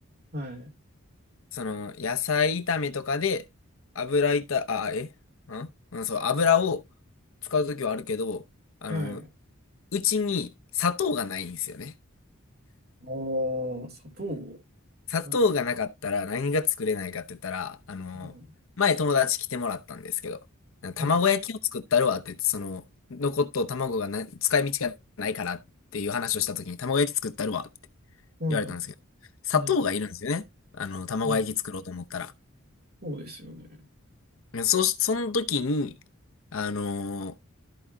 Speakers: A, on the right; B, on the left.
A: はい。
B: その、野菜炒めとかで、油炒、あ、えんうん、そう、油を使うときはあるけど、あの、
A: はい。
B: うちに砂糖がないんですよね。
A: ああ、砂糖。
B: 砂糖がなかったら何が作れないかって言ったら、
A: はい。
B: あの、
A: はい。
B: 前友達来てもらったんですけど、
A: はい。
B: 卵焼きを作ったるわって言って、その、残っとう卵がな、使い道がないからっていう話をしたときに、卵焼き作ったるわって
A: はい。
B: 言われたんですけど、砂糖がいるんですよね。
A: うん。
B: あの、卵焼き作ろうと思ったら。
A: うん。そうですよね。
B: でそ、その時に、あのー